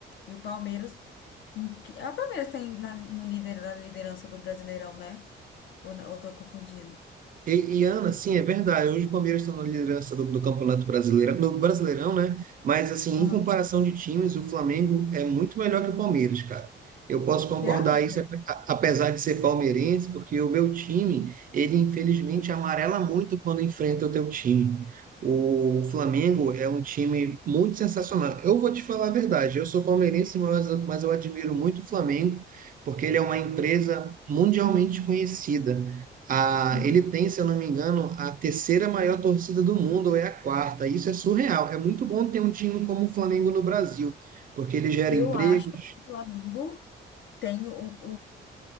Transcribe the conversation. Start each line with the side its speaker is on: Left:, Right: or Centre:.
Left: E o Palmeiras. Em... que- Ah, o Palmeiras tem na, no líder, na liderança do Brasileirão, né? Ou, não- ou tô confundindo?
Right: E, e, Ana, sim, é verdade. Hoje o Palmeiras está na liderança do, do Campeonato Brasileiro, do Brasileirão, né? Mas, assim,
Left: Aham.
Right: em comparação de times, o Flamengo é muito melhor que o Palmeiras, cara. Eu posso concordar
Left: Você acha?
Right: isso, ape- a- apesar de ser palmeirense, porque o meu time, ele infelizmente amarela muito quando enfrenta o teu time. O Flamengo é um time muito sensacional. Eu vou te falar a verdade, eu sou palmeirense, mas, mas eu admiro muito o Flamengo, porque ele é uma empresa mundialmente conhecida. A,
Left: Uhum.
Right: ele tem, se eu não me engano, a terceira maior torcida do mundo, ou é a quarta. Isso é surreal. É muito bom ter um time como o Flamengo no Brasil, porque ele gera
Left: Eu
Right: empregos.
Left: acho que o Flamengo tem o,